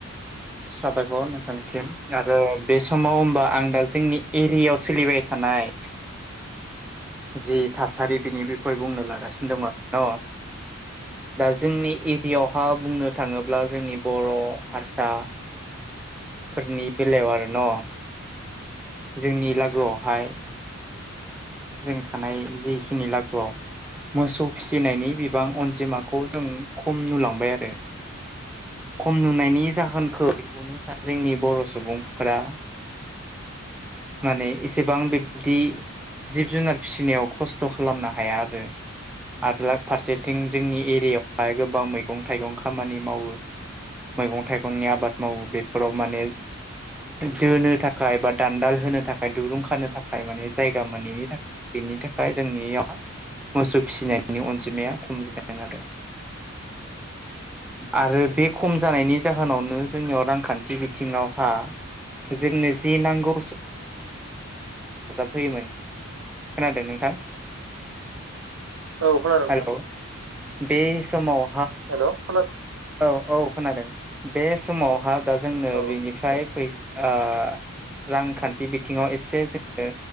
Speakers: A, in the centre; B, on the right.
A: साबायखर नोंथांनिसिम आरो बे समाव ओमबा आं दा जोंनि एरियायाव सोलिबाय थाना नाय जि थासारि बिनि बि कय बुंनो लागासिनो दङ' दा जोंनि एरियावहा बुंनो थाङोब्ला जोंनि बर' हारसा फोरनि बेलायाव आरो न' जोंनि लागोआवहाय जों थानाय जिखिनि लागुआव मोसौ फिसिनायनि बिबां अनजिमाखौ जों खम नुलांबाय आरो। खम नुनायनि जाहोनखौ बेखौनो सान जोंनि बर' सुबुंफोरा माने इसेबां बिब्दि जिब जुनार फिसिनायाव खस्थ' खालामना हाया आरो। आठ लाख फारसेथिं जोंनि एरियायावहाय गोबां मैगं थाइगं खामानि मावो। मैगं थाइगंनि आबाद मावो बेफोराव माने दोनो थाखाय बा दान्दाल होनो थाखाय दुरुं खानो थाखाय माने जायगा मोनैनि थाखाय बेनि थाखाय जोंनिया मोसौ फिसिनायनि अनजिमाया खम जादों आरो आरो बे खम जानायनि जाहोनावनो जोंनियाव रांखान्थि बिथिङावहा जोंनो जि नांगौ फैयोमोन। खोनादों नोंथां?
B: औ खोनादों नोंथां।
A: हेलौ बे समाव
B: हेलौ खोनादों?
A: औ औ खोनादों बे समावहा
B: औ
A: दा जोंनो
B: औ
A: बेनिफ्राय फै ओ रांखान्थि बिथिङाव एसे जोङो